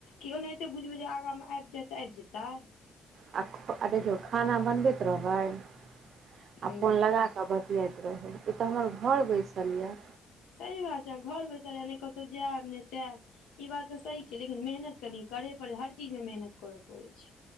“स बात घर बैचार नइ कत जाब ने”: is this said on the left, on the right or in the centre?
Left